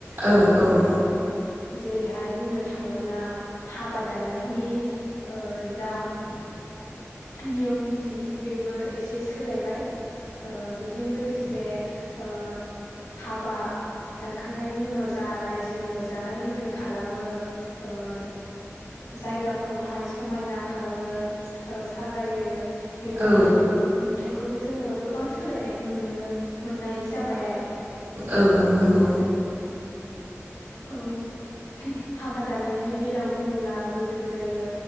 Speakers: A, on the right; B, on the left.
A: औ औ।
B: ओ जेरैहाय बुंनो थाङोब्ला हाबा दान नायनि ओह जाम नियम निथि। बेबो एसे सोलायबाय ओह बेजों लोगोसे। ओह हाबा दानखांनायनि उनाव जा रायजोनो जानाय लोंनाय खालामो। ओह। जायगाखौहाय समायना खालामो सा ओह साजायो बेफोरनि
A: औ
B: नुथायफ खौबो जोङो गोबां सोलायनायखौ नुनो मोननाय जाबाय आइ
A: औ
B: ओह।
A: नंगौ
B: उम हाबा दाननायनि बेलायाव बुङोब्ला गोदो गोदायो।